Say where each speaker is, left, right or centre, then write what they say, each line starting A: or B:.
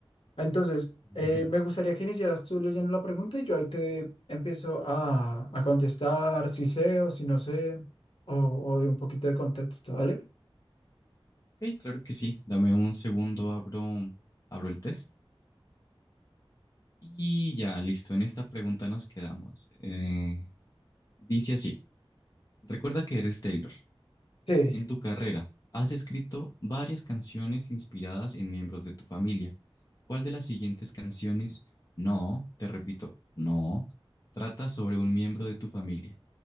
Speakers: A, on the left; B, on the left.
A: Entonces,
B: <laughs>
A: eh, me gustaría que iniciaras tú leyendo la pregunta y yo ahí te empiezo a, a contestar si sé o si no sé, o, o de un poquito de contexto, ¿vale?
B: Ok, claro que sí. Dame un segundo, abro, abro el test y ya, listo. En esta pregunta nos quedamos. Eh, dice así, recuerda que eres Taylor.
A: Sí.
B: En tu carrera, has escrito varias canciones inspiradas en miembros de tu familia. ¿Cuál de las siguientes canciones, no, te repito, no, trata sobre un miembro de tu familia?